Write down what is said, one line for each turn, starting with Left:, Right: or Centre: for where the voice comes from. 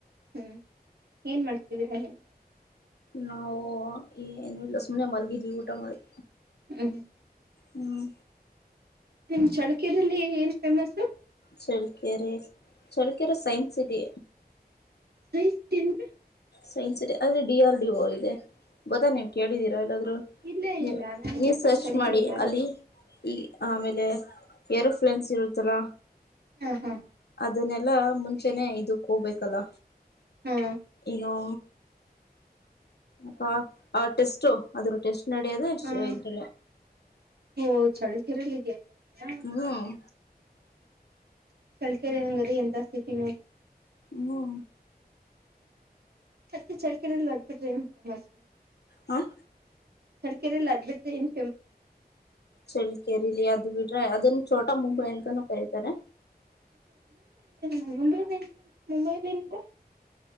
Right: ಹ್ಮ್ ಏನ್ ಮಾಡ್ತಿದ್ದೀರಾ ನೀವು?
Left: ನಾವು ಏನು ಇಲ್ಲ ಸುಮ್ನೆ ಮಲಗಿದ್ವಿ ಊಟ ಮಾಡಿ
Right: ಹ್ಮ್
Left: ಹ್ಮ್
Right: ನಿಮ್ ಚಳ್ಕೆರೆಲ್ಲಿ ಏನ್ famous?
Left: Challakere Challakere science city
Right: <unintelligible> ತಿಂದ್ರೆ?
Left: ಸೈನ್ ಸರಿ ಅದೇ ಡಿಆರ್ಡಿಓ ಇದೆ. ಗೊತ್ತಾ ನೀವ್ ಕೇಳಿದೀರಾ ಎಲ್ಲಾದ್ರೂ
Right: ಇಲ್ಲೇ
Left: ನೀವ್
Right: ಇಲ್ಲ ನನಗೆ
Left: ನೀವ್
Right: ಫಸ್ಟ್
Left: ಸರ್ಚ್
Right: ಟೈಮ್
Left: ಮಾಡಿ
Right: ಕೇಳ್ತಾ ಇರೋದು
Left: ಅಲ್ಲಿ ಈ ಆಮೇಲೆ ಏರೋಫ್ಲನ್ಸ್ ಇರುತ್ತಲ
Right: ಹಾ ಹಾ
Left: ಅದುನ್ನೆ ಎಲ್ಲ ಮುಂಚೆನೆ ಇದಕ್ ಹೋಗ್ಬೇಕಲ್ಲ?
Right: ಹಾ
Left: ಏನೋ ಅಪ ಆ ಟೆಸ್ಟ್ ಅದ್ರು ಟೆಸ್ಟ್ ನಡೆಯೋದ
Right: ಹ್ಮ್
Left: ಇದ್ರಲ್ಲ
Right: ಅಯೋ ಚಳ್ಕೆರೆಲಿದ್ಯಾ ಆಗಾದ್ರೆ?
Left: ಹ್ಮ್
Right: ಚಳ್ಕೆರೆ ಅಂದ್ರೆ ಎಂತ ಸಿಟಿ ನೋಡು
Left: ಹ್ಮ್
Right: ಅದ್ ಚಳ್ಕೆರೆಲ್ ಅದ್ ಬಿಟ್ರೆ ಏನ್ ಫೇಮಸ್ಸು
Left: ಹಾಂ
Right: ಚಳ್ಕೆರೆಲ್ ಅದ್ ಬಿಟ್ರೆ ಏನು
Left: ಚಳ್ಕೆರೆಲಿ ಅದು ಬಿಟ್ರೆ ಅದುನ್ ಚೋಟ್ <unintelligible> ಮುಂಬೈ ಅಂತನೂ ಕರೀತಾರೆ
Right: <unintelligible> ಮುಂಬೈಲೇನಿದೆ